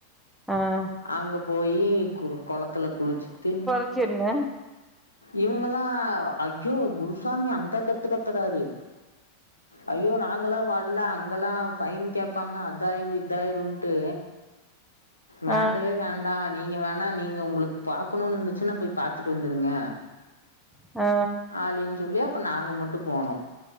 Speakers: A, in the centre; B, on the left.
A: ஆ
B: அங்க போயி கொ கொளத்துல குளிச்சுட்டு
A: சேரிங்க
B: இவுங்கல்லா ஐய்யோ குருசாமி அந்த கத்து கத்துறாரு ஐயோ நாங்களா வர்ல அங்கெலா ஃபைன் கேப்பாங்க அதாயிரு இதாயிருன்ட்டு வேண்டவே
A: ஆ
B: வேண்டா நீங்க வேணா நீங்க உங்ளுக்கு பாக்கணுனு இருந்துச்சுன்னா போய் பாத்துட்டு வந்துருங்க
A: ஆ
B: ஆலின்னு சொல்லி அப்ப நாங்க மட்டு போனோ